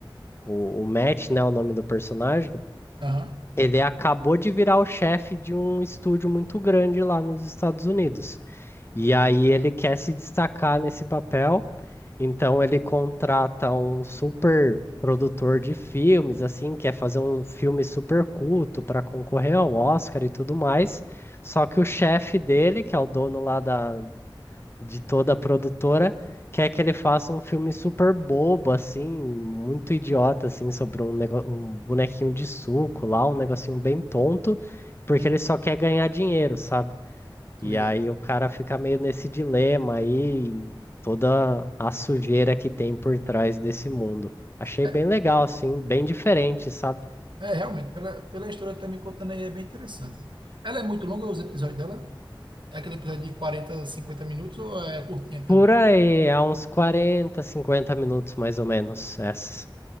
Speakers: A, on the left; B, on the right.
A: o, o Matt, né, o nome do personagem,
B: Aham.
A: ele acabou de virar o chefe de um estúdio muito grande lá nos Estados Unidos. E aí ele quer se destacar nesse papel, então ele contrata um super produtor de filmes, assim, quer fazer um filme super culto para concorrer ao Oscar e tudo mais. Só que o chefe dele, que é o dono lá da de toda a produtora, quer que ele faça um filme super bobo, assim, muito idiota, assim, sobre um, nego... um bonequinho de suco lá, um negocinho bem tonto, porque
B: Hum,
A: ele só quer ganhar dinheiro, sabe?
B: Tô
A: E
B: ligada.
A: aí o cara fica meio nesse dilema aí, e toda a sujeira que tem por trás desse mundo. Achei
B: É,
A: bem legal, assim, bem diferente, sabe?
B: é, realmente, pela, pela história que tá me contando aí, é bem interessante. Ela é muito longa, os episódios dela? É aquele episódio de 40 50 minutos ou é curtinha também?
A: Por aí, há uns 40 50 minutos mais ou menos, essa.